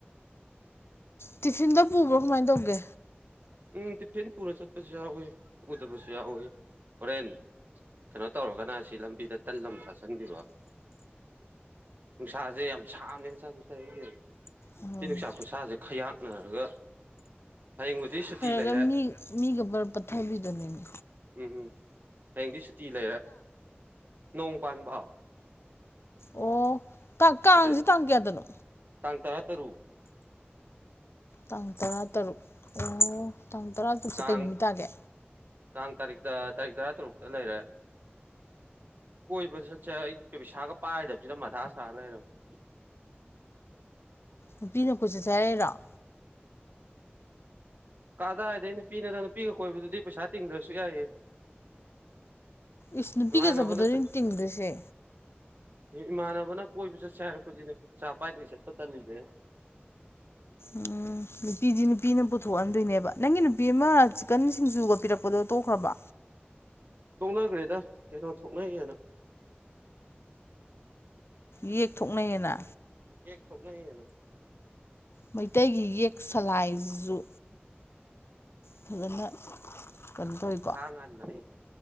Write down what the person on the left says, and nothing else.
ꯇꯤꯐꯤꯟꯗꯣ ꯄꯨꯕ꯭ꯔꯣ ꯀꯃꯥꯏꯟ ꯇꯧꯒꯦ
ꯎꯝ
<unintelligible> ꯃꯤ ꯃꯤꯒ ꯕꯔ ꯄꯠꯊꯥꯕꯤꯗꯨꯅꯤꯅꯦ
ꯑꯣ ꯀꯥꯡ ꯀꯥꯡꯖꯤ
ꯇꯥꯡ ꯀꯌꯥꯗꯅꯣ
ꯇꯥꯡ ꯇꯔꯥ ꯇꯔꯨꯛ ꯑꯣ ꯇꯥꯡ ꯇꯔꯥ ꯇꯔꯨꯛꯁꯦ
ꯀꯩ ꯅꯨꯃꯤꯠ ꯇꯥꯒꯦ
ꯅꯨꯄꯤꯅ ꯀꯣꯏꯆꯠꯁꯦ ꯍꯥꯏꯔꯛꯏꯔꯣ
ꯏꯁ ꯅꯨꯄꯤꯒ
ꯆꯠꯄꯗꯨꯅꯦ
ꯇꯤꯡꯗꯣꯏꯁꯦ
ꯑ ꯅꯨꯄꯤꯗꯤ ꯅꯨꯄꯤꯅ ꯄꯨꯊꯣꯛꯍꯟꯗꯣꯏꯅꯦꯕ ꯅꯪꯒꯤ ꯅꯨꯄꯤ ꯑꯃ ꯆꯤꯛꯀꯟ ꯁꯤꯡꯖꯨꯒ ꯄꯤꯔꯛꯄꯗꯣ ꯇꯣꯛꯈ꯭ꯔꯕꯣ
ꯌꯦꯛ ꯊꯣꯛꯅꯩꯑꯌꯦꯅ
ꯃꯩꯇꯩꯒꯤ ꯌꯦꯛ ꯁꯂꯥꯏꯖꯤꯖꯨ ꯐꯖꯅ ꯀꯩꯅꯣ ꯇꯧꯋꯤꯀꯣ